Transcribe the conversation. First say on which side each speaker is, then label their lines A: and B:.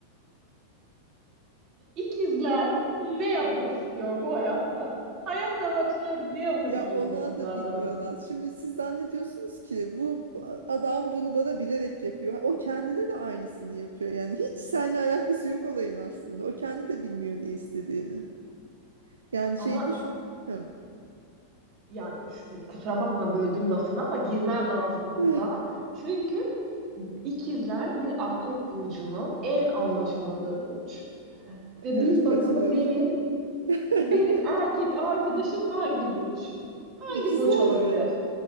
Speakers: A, on the right; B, on the right.
A: ikizler ne yapmak istiyor bu hayatta? Hayat amaçları ne olabilir
B: Ya onlar
A: bu insanların?
B: da bilmiyorlar. Şimdi siz zannediyorsunuz ki bu adam bunu bana bilerek yapıyor. O kendine de aynısını yapıyor. Yani hiç seninle alakası yok olayın aslında. O kendi de bilmiyor ne istediğini. Yani
A: Ama
B: şey düşün. Hı.
A: yani şu- kusura bakma böldüm lafını ama girmem lazım burada.
B: <laughs>
A: Çünkü ikizler bir akrep burcunun en anlaşamadığı burç. Ve
B: Evet
A: bil
B: katılıyorum
A: bakalım benim
B: şimdi. <laughs>
A: Benim erkek arkadaşım hangi burç? Hangi
B: İkizler
A: burç olabilir?
B: mi?